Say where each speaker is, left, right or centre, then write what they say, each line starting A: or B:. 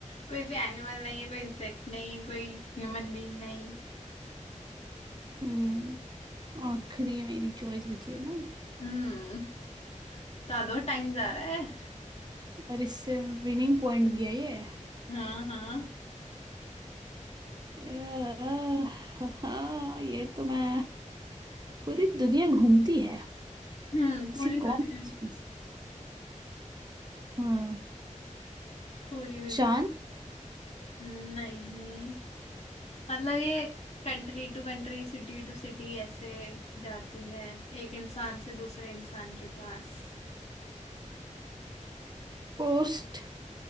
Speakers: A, on the left; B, on the right.
A: कोई भी एनिमल नहीं है कोई इंसेक्ट नहीं कोई ह्यूमन बीइंग नहीं
B: हम्म आखिरी मेरी चॉइस बची है ना
A: हम्म तो दो टाइम जा रहा है
B: और इससे विनिंग पॉइंट भी है ये
A: हाँ हाँ
B: अह, हाँ ये तो मैं पूरी दुनिया घूमती है
A: हम्म पूरी
B: ऐसी कौन
A: दुनिया
B: सी चीज हाँ
A: पूरी दुनिया
B: चांद
A: नहीं मतलब ये country to country city to city ऐसे जाती है एक इंसान से दूसरे इंसान के पास
B: पोस्ट